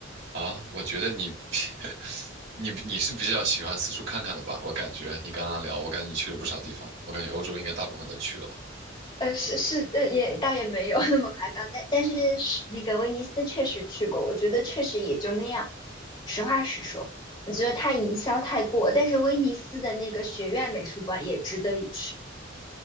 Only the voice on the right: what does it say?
的啊？我觉得你 <laughs> 你你是比较喜欢四处看看的吧？我感觉你刚刚聊，我感觉你去了不少地方，我感觉欧洲应该大部分都去了吧？